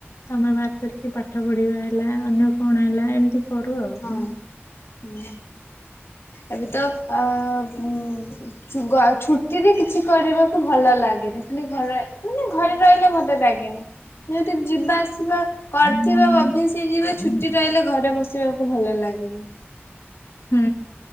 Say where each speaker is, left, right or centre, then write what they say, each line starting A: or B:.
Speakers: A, on the left; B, on the left.
A: ତମେ ବାହାର କରିକି ପାଠ ପଢିବା ହେଲା ଅନ୍ୟ କଣ ହେଲା ଏମିତି କରୁ ଆଉ।
B: ହଁ ହୁଁ ଏବେ ତ ଅା ହୁ ହୁଁ। ଛୁ ଗା ଛୁଟିରେ କିଛି କରିବାକୁ ଭଲ ଲାଗେନି ଖାଲି ଘରେ ମାନେ ଘରେ ରହିଲେ ଭଲ ଲାଗେନା। ଯଦି ଯିବା ଆସିବା କରିଥିବେ
A: ହଁ।
B: ଅଫିସି ଯିବେ
A: ହୁଁ
B: ଛୁଟି ରହିଲେ ଘରେ ବସି ବାକୁ ଭଲ ଲାଗେନା।
A: ହୁଁ